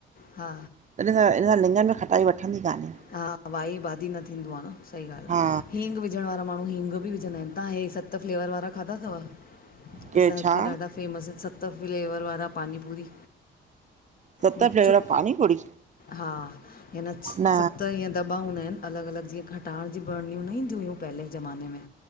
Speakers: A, on the left; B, on the right.
A: हा
B: त इन सां इ सां लिंङन में खटाई वठंदी कान्हे।
A: हा वाही बादी न थींदो आह, सही ॻाल्हि आह
B: हा
A: हींग बि विझण वारा माण्हू हींग बि विझंदा आहिन। तव्हां हे सत फ्लेवर वारा खाधा थव
B: केर
A: असां हिते
B: छा
A: ॾाढा फेमस इन सत फ्लेवर वारा पानीपूरी।
B: सत
A: गुपचुप
B: फ्लेवर पानी पूरी
A: हा हिन च
B: न
A: ईअं दॿा हूंदा आहिनि अलॻि अलॻि जीअं खटाण जी भरिणियूं न ईंदियूं हुयूं पहिले ज़माने में